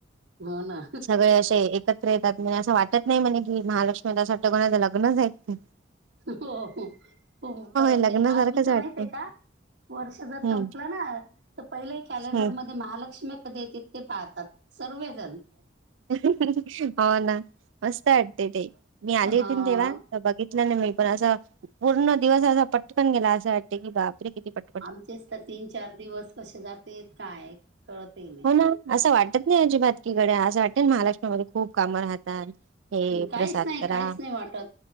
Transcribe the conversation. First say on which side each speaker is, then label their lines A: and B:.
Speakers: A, on the right; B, on the right.
A: हो ना
B: सगळे असे एक एकत्र येतात म्हणजे असं वाटत नाही म्हणे की महालक्ष्मीला साठवण्यां लग्नच आहेत का
A: हो हो करमते
B: लग्नासारखंच
A: आम्ही तर
B: वाटते
A: माहित आहे का वर्ष जर संपलं
B: हम्म
A: ना तर पहिले कॅलेंडरमध्ये
B: हम्म.
A: महालक्ष्मी कधी येते ते पाहतात सर्वजण
B: हो ना मस्त वाटते ते मी आली होती
A: हा
B: ना तेव्हा बघितलं न मी पण असं पूर्ण दिवस असा पटकन गेला असं वाटते की बापरे किती पटकन
A: आमचेच तर तीन चार दिवस कसे जात काय कळतं ही नाही.
B: हो ना असं वाटत नाही अजिबात कि गड्या असं वाटतं महाराष्ट्रामध्ये खूप कामं राहतात. हे
A: काहीच
B: प्रसाद
A: नाही
B: करा
A: काहीच नाही वाटतं